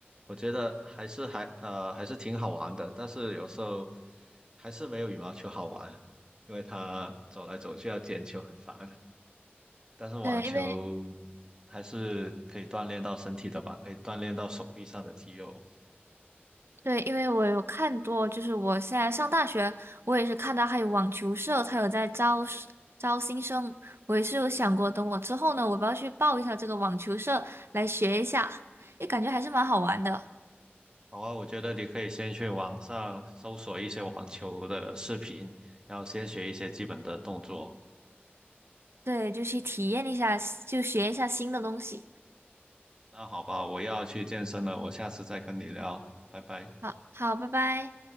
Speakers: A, on the right; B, on the right.
A: 我觉得还是还呃还是挺好玩的，但是有时候还是没有羽毛球好玩，因为它走来走去要捡球很烦。但是网球
B: 对，因为
A: 还是可以锻炼到身体的吧，可以锻炼到手臂上的肌肉。
B: 对，因为我有看多，就是我现在上大学，我也是看到还有网球社，它有在招招新生，我也是有想过，等我之后呢，我要不要去报一下这个网球社来学一下，也感觉还是蛮好玩的。
A: 好啊，我觉得你可以先去网上搜索一些网球的视频，然后先学一些基本的动作。
B: 对，就去体验一下，就学一下新的东西。
A: 那好吧，我要去健身了，我下次再跟你聊，拜拜。
B: 好，好，拜拜。